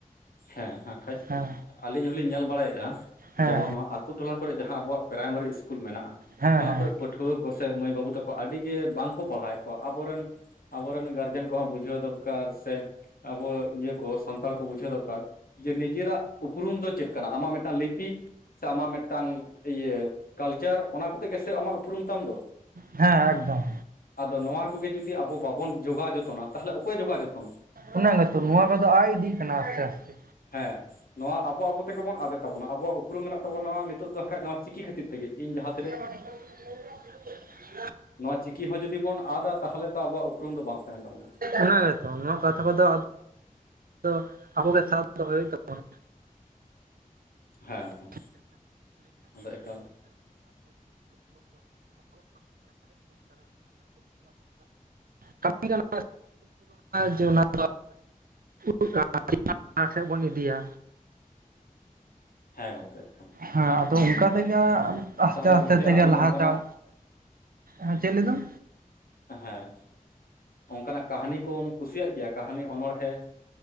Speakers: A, on the left; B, on the right.
A: ᱦᱮᱸ ᱦᱮᱠᱷᱟᱡ
B: ᱦᱮᱸ
A: ᱟᱹᱞᱤᱧ ᱦᱚᱞᱤᱧ ᱧᱮᱞ ᱵᱟᱲᱟᱭᱮᱫ-ᱟ
B: ᱦᱮᱸ
A: ᱡᱮᱢᱚᱱ ᱱᱚᱣᱟ ᱟᱛᱳ ᱴᱚᱞᱟ ᱠᱚᱨᱮ ᱡᱟᱦᱟᱸ ᱟᱵᱚᱣᱟᱜ ᱯᱨᱟᱭᱢᱟᱨᱤ ᱤᱥᱠᱩᱞ ᱢᱮᱱᱟᱜ-ᱟ
B: ᱦᱮᱸ
A: ᱱᱚᱣᱟ
B: ᱦᱮᱸ
A: ᱠᱚᱨᱮ ᱯᱟᱹᱴ ᱯᱟᱹᱴᱷᱩᱣᱟᱹ ᱠᱚ ᱥᱮ ᱢᱟᱹᱭ ᱵᱟᱹᱵᱩ ᱛᱟᱠᱚ ᱟᱹᱰᱤ ᱜᱮ ᱵᱟᱝᱠᱚ ᱯᱟᱲᱦᱟᱣᱮᱫ ᱠᱚᱣᱟ, ᱟᱵᱚᱨᱮᱱ ᱟᱵᱚᱨᱮᱱ ᱜᱟᱨᱡᱮᱱ ᱠᱚᱦᱚᱸ ᱵᱩᱡᱷᱟᱹᱣ ᱫᱚᱨᱠᱟᱨ ᱥᱮ ᱟᱵᱚ ᱤᱭᱟᱹ ᱠᱚ ᱥᱟᱱᱛᱟᱲ ᱠᱚ ᱵᱩᱡᱷᱟᱹᱣ ᱫᱚᱨᱠᱟᱨ ᱡᱮ ᱱᱤᱡᱮᱨᱟᱜ ᱩᱯᱨᱩᱢ ᱫᱚ ᱪᱮᱫ ᱠᱟᱱᱟ ᱟᱢᱟᱜ ᱢᱤᱫᱴᱟᱝ ᱞᱤᱯᱤ ᱥᱮ ᱟᱢᱟᱜ ᱢᱤᱫᱴᱟᱝ ᱤᱭᱟᱹ ᱠᱟᱞᱪᱟᱨ ᱚᱱᱟ ᱠᱚᱛᱮ ᱜᱮᱥᱮ ᱟᱢᱟᱜ ᱩᱯᱨᱩᱢ ᱛᱟᱢ ᱫᱚ᱾
B: ᱦᱮᱸ ᱮᱠᱫᱚᱢ᱾
A: ᱟᱫᱚ ᱱᱚᱣᱟ ᱠᱚᱜᱮ ᱡᱩᱫᱤ ᱟᱵᱚ ᱵᱟᱵᱚᱱ ᱡᱚᱜᱟᱣ ᱡᱚᱛᱚᱱᱟ, ᱛᱟᱦᱚᱞᱮ ᱚᱠᱚᱭ ᱡᱚᱜᱟᱣ ᱡᱚᱛᱚᱱᱟ᱾
B: ᱩᱱᱟᱹᱜ ᱜᱮᱛᱚ ᱱᱚᱣᱟ ᱠᱚᱫᱚ ᱟᱭ ᱤᱫᱤᱜ ᱠᱟᱱᱟ ᱟᱥᱛᱮ ᱟᱥᱛᱮ᱾
A: ᱦᱮᱸ᱾ ᱱᱚᱣᱟ ᱟᱵᱚ ᱟᱵᱚ ᱛᱮᱜᱮᱵᱚᱱ, ᱟᱫᱮᱜ ᱛᱟᱵᱚᱱᱟ ᱟᱵᱚᱣᱟᱜ ᱩᱯᱨᱢ ᱢᱮᱱᱟᱜ ᱛᱟᱵᱚᱱᱟ ᱱᱤᱛᱚᱜ ᱫᱚ ᱵᱟᱠᱟᱡ ᱱᱚᱣᱟ ᱪᱤᱠᱤ ᱠᱷᱟᱹᱛᱤᱨ ᱛᱮᱜ, ᱤᱧ ᱡᱟᱸᱦᱟ
B: <inaudible>
A: ᱱᱚᱣᱟ ᱪᱤᱠᱤ ᱦᱚᱸ ᱡᱩᱚᱫᱤ ᱵᱚᱱ ᱟᱫᱟ ᱛᱟᱦᱚᱞᱮ ᱛᱚ ᱟᱵᱚᱣᱟᱜ ᱩᱯᱨᱩᱢ ᱫᱚ ᱵᱟᱝ ᱛᱟᱸᱦᱮᱱ ᱛᱟᱵᱚᱱᱟ᱾
B: ᱚᱱᱟ ᱜᱮᱛᱚ ᱱᱚᱣᱟ ᱠᱟᱛᱷᱟ ᱠᱚᱫᱚ <inaudible> ᱟᱵᱚᱜᱮ ᱥᱟᱵ ᱫᱚᱦᱚ ᱦᱳᱭᱳᱜ ᱛᱟᱵᱚᱱᱟ᱾
A: ᱦᱮᱸ ᱦᱮᱸ
B: <inaudible> <inaudible>
A: ᱟᱫᱚ ᱮᱠᱟᱞ
B: ᱠᱟᱹᱢᱤ ᱠᱟᱱᱟ ᱡᱮ <unintelligible> ᱚᱱᱟ ᱫᱚ ᱩ <inaudible> ᱥᱮᱫ ᱵᱚᱱ ᱤᱫᱤᱭᱟ᱾
A: ᱦᱮᱸ ᱜᱚᱝᱠᱮ ᱦᱮᱰᱯᱷᱳᱱ
B: ᱦᱮᱸ ᱟᱫᱚ ᱚᱱᱠᱟ ᱛᱮᱜᱮ ᱟᱥᱛᱮ
A: ᱛᱟᱦᱚᱞᱮ
B: ᱟᱥᱛᱮ
A: ᱜᱚᱢᱠᱮ ᱟᱹᱵᱤᱱ
B: ᱛᱮᱜᱮ ᱞᱟᱦᱟ
A: ᱚᱱᱠᱟᱱᱟᱜ
B: ᱪᱟᱣ ᱦᱮᱸ ᱪᱮᱫ ᱞᱟᱹᱭ ᱫᱟᱢ?
A: ᱦᱮᱸ ᱚᱱᱠᱟᱱᱟᱜ ᱠᱟᱦᱟᱱᱤ ᱠᱚᱢ ᱠᱩᱥᱤᱭᱟᱜ ᱜᱮᱭᱟ ᱠᱟᱦᱟᱱᱤ ᱚᱱᱚᱬᱦᱮᱸ